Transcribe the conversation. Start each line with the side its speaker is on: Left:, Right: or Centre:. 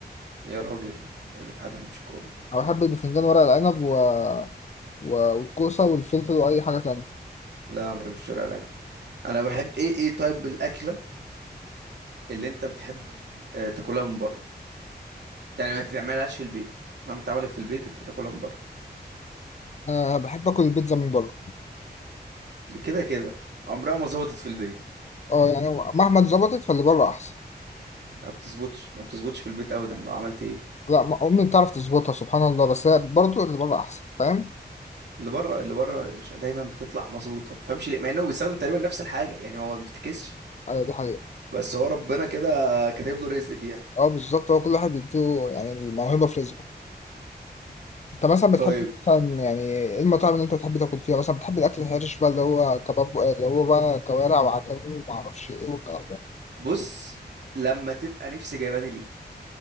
Right: يا راجل يا راجل في حد ما بيحبش الكرنب
Left: انا بحب البتنجان ورق العنب و... و... والكوسه والفلفل واي حاجه تانية
Right: لا انا بحب الشوربه العنب انا بحب ايه ايه طيب الاكله اللي انت بتحب آه، تاكلها من بره يعني ما تعملهاش في البيت ما بتعملت في البيت انت تاكلها من بره
Left: انا بحب اكل البيتزا من بره
Right: دي كده كده عمرها ما ظبطت في البيت
Left: اه يعني هو مهما اتظبطت فاللي بره احسن
Right: ما بتظبطش ما بتظبطش في البيت ابدا لو عملت ايه
Left: لا ما- امي بتعرف تظبطها سبحان الله بس هي برضه اللي بره احسن فاهم
Right: اللي بره اللي بره يا باشا دايما بتطلع مظبوطه ما تفهمش ليه مع انه بيستخدم تقريبا نفس الحاجه يعني هو ما بيفتكسش
Left: ايوه دي حقيقه
Right: بس هو ربنا كده كاتب له رزق فيها
Left: اه بالظبط هو كل واحد بيديله يعني الموهبه في رزقه انت مثلا بتحب
Right: طيب
Left: مثلا يعني ايه المطاعم اللي انت بتحب تاكل فيها مثلا بتحب الاكل الحرش بقى اللي هو كباب اللي هو بقى كوارع وعكاوي وما اعرفش ايه والكلام ده
Right: بص لما تبقى نفسي جايباني ليه